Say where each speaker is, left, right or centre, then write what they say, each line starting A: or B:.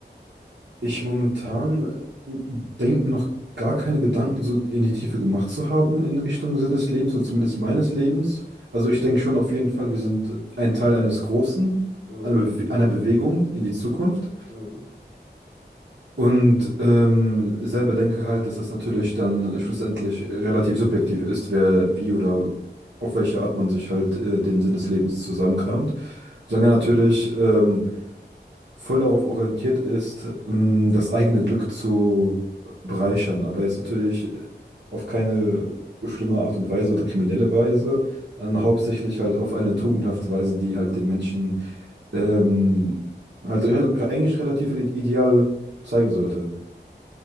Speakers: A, on the right; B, on the right.
A: Ich momentan denke mir noch gar keine Gedanken so in die Tiefe gemacht zu haben
B: Mhm.
A: in Richtung Sinn des Lebens oder zumindest meines Lebens. Also ich denke schon auf jeden Fall, wir sind ein Teil eines Großen,
B: Mhm.
A: einer, Bewe einer Bewegung in die Zukunft.
B: Mhm.
A: Und ähm, selber denke halt, dass das natürlich dann schlussendlich relativ subjektiv ist, wer wie oder auf welche Art man sich halt äh, den Sinn des Lebens zusammenkramt. Solange natürlich ähm, voll darauf orientiert ist, ähm, das eigene Glück zu bereichern, aber jetzt natürlich auf keine schlimme Art und Weise oder kriminelle Weise, sondern hauptsächlich halt auf eine tugendhafte Weise, die halt den Menschen ähm, halt re eigentlich relativ ide- ideal zeigen sollte.